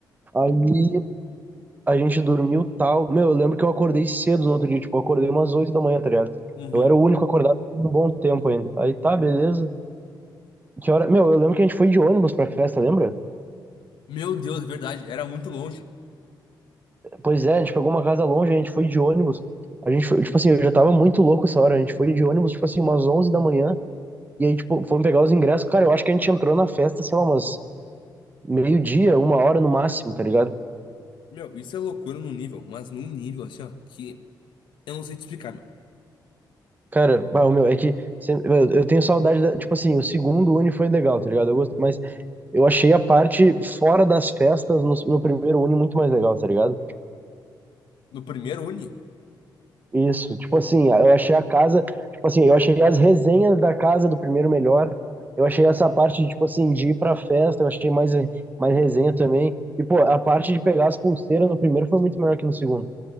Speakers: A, on the right (about 20°); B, on the left (about 80°).
A: aí a gente dormiu tal. Meu, eu lembro que eu acordei cedo no outro dia, tipo, eu acordei umas 8 da manhã, tá ligado?
B: Uhum.
A: Eu era o único acordado por um bom tempo ainda. Aí tá, beleza. Que hora? Meu, eu lembro que a gente foi de ônibus pra festa, lembra?
B: Meu Deus, é verdade, era muito longe.
A: Pois é, a gente pegou uma casa longe, a gente foi de ônibus. A gente foi, tipo assim, eu já tava muito louco essa hora. A gente foi de ônibus, tipo assim, umas 11 da manhã. E aí, tipo, fomos pegar os ingressos. Cara, eu acho que a gente entrou na festa, sei lá, umas meio-dia, uma hora no máximo, tá ligado?
B: Meu, isso é loucura num nível, mas num nível assim, ó, que eu não sei te explicar, meu.
A: Cara, bah, o meu, é que sem- eu eu tenho saudade da, tipo assim, o segundo Uni foi legal, tá ligado? Eu gosto, mas eu achei a parte fora das festas no, no primeiro Uni muito mais legal, tá ligado?
B: No primeiro uni?
A: Isso, tipo assim, eu achei a casa, tipo assim, eu achei as resenhas da casa do primeiro melhor. Eu achei essa parte de, tipo assim, de ir pra festa, eu achei mais, mais resenha também. E, pô, a parte de pegar as pulseiras no primeiro foi muito melhor que no segundo.